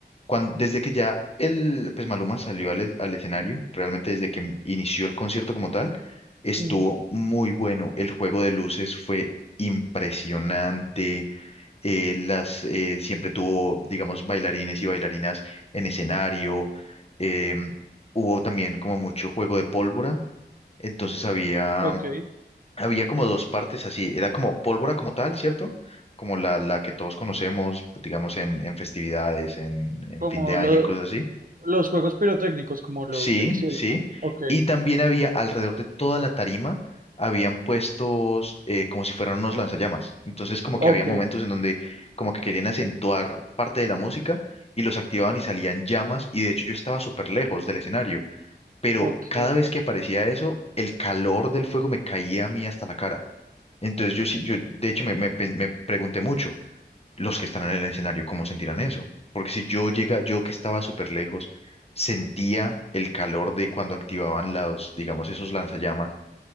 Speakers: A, on the left; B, on the right.
A: cuan- desde que ya el, pues Maluma salió al, e- al escenario, realmente desde que em-, inició el concierto como tal, estuvo
B: Ujú,
A: muy bueno. El juego de luces fue impresionante eh, las, eh, siempre tuvo, digamos, bailarines y bailarinas en escenario. eh, hubo también como mucho juego de pólvora. Entonces había,
B: Ok,
A: había como dos partes así. Era como pólvora como tal, ¿cierto? Como la, la que todos conocemos, digamos, en, en festividades, en, en
B: como
A: fin de año
B: lo-
A: y cosas así
B: los juegos pirotécnicos, como los
A: Sí,
B: del cielo,
A: sí.
B: ¿no? Ok,
A: Y también había alrededor de toda la tarima, habían puestos eh, como si fueran unos lanzallamas. Entonces como que
B: ok,
A: había momentos en donde como que querían acentuar parte de la música y los activaban y salían llamas. Y de hecho yo estaba súper lejos del escenario. Pero
B: ok.
A: cada vez que aparecía eso, el calor del fuego me caía a mí hasta la cara. Entonces yo sí, yo de hecho me, me pe- me pregunté mucho, los que están en el escenario, cómo sentirán eso. Porque si yo llega, yo que estaba súper lejos, sentía el calor de cuando activaban los, digamos, esos lanzallamas,